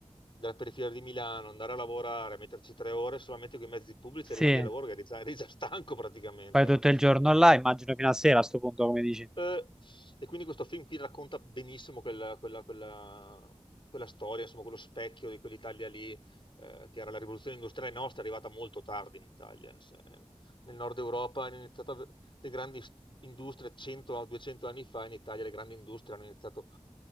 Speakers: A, on the left; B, in the centre.
A: della periferia di Milano, andare a lavorare, metterci tre ore solamente con i mezzi pubblici,
B: sì.
A: arrivavi al lavoro che eri già, eri già stanco praticamente,
B: Fai tutto
A: no?
B: il giorno là, immagino fino a sera a sto punto, come dici.
A: Eh, e quindi questo film qui racconta benissimo quella, quella- quella- quella storia, insomma, quello specchio di quell'Italia lì, eh, che era la rivoluzione industriale nostra, è arrivata molto tardi in Italia. Se- nel nord Europa hanno iniziato a- le grandi s- industrie 100-200 anni fa, in Italia le grandi industrie hanno iniziato